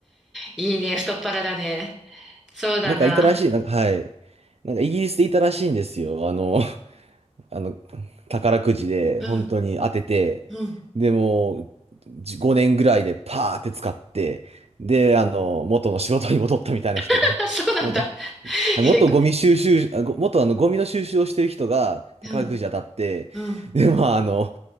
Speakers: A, in the centre; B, on the right.
A: いいね、太っ腹だね。そうだな。
B: なんかいたらしい、なんか、はい。なんかイギリスでいたらしいんですよ。あの、<laughs> あの、宝くじで本当に当てて、
A: うん、うん。
B: でも、じ5年ぐらいでパーって使って、で、あの、元の仕事に戻ったみたいな人が、
A: <laughs> そうなんだ。
B: <laughs> なんか、元ゴミ収集、
A: え
B: あ、ご元あのゴミの収集をしてる人が宝くじ当たって、
A: うん、うん。
B: で、まあ、あの、